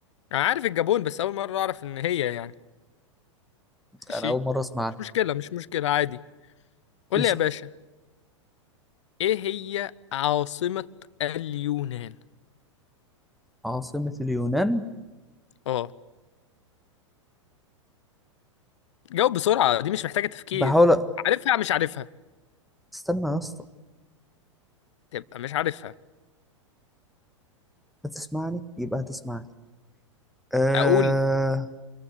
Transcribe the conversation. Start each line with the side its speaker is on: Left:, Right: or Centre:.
Left: أنا عارف الجابون بس أول مرة أعرف إن هي يعني ماشي
Centre: انا اول مره اسمع عنها
Left: مش مشكلة مش مشكلة عادي قول
Centre: اسم
Left: لي يا باشا إيه هي عاصمة اليونان؟
Centre: عاصمه اليونان
Left: اه جاوب بسرعة دي مش محتاجة تفكير
Centre: بحاول أ-
Left: عارفها مش عارفها
Centre: استنى يا اسطى
Left: تبقى مش عارفها
Centre: هتسمعني يبقى هتسمعني أه...
Left: أقول